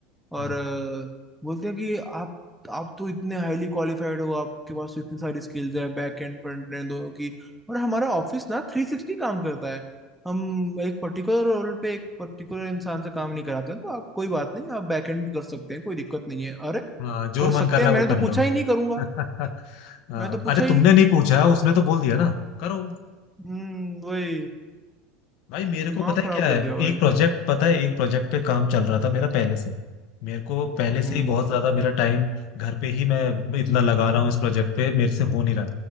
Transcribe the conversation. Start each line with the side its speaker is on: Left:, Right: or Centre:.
Centre: और
Left: हाँ
Centre: अ, बोलते हैं कि आप आप तो इतने हाईली क्वालिफाइड हो आपके पास तो इतनी सारी स्किल्स है बैक एंड फ्रंट एंड दोनों की और हमारा ऑफिस ना थ्री सिक्सटी काम करता है हम एक पर्टिकुलर रोल पे एक पर्टिकुलर इंसान से काम नहीं कराते हैं तो आप कोई बात नहीं आप बैक एंड भी कर सकते हैं कोई दिक्कत नहीं है अरे
Left: हाँ जो
Centre: कर
Left: मन
Centre: सकते
Left: कर रहा
Centre: हैं मैंने
Left: है वो
Centre: तो
Left: कर लो
Centre: पूछा ही नहीं करूंगा
Left: <laughs> हाँ,
Centre: मैंने तो पूछा
Left: अरे
Centre: ही
Left: तुमने
Centre: नहीं
Left: नहीं पूछा उसने तो बोल दिया ना करो
Centre: हम्म वही
Left: भाई मेरे
Centre: दिमाग
Left: को पता है
Centre: खराब
Left: क्या
Centre: कर
Left: है
Centre: दिया भाई
Left: एक प्रोजेक्ट पता है एक प्रोजेक्ट पे काम चल रहा था मेरा पहले से मेरे को पहले से
Centre: हम्म
Left: ही बहुत ज्यादा मेरा टाइम घर पे ही मैं इतना लगा रहा हूँ इस प्रोजेक्ट पे मेरे से हो नहीं रहा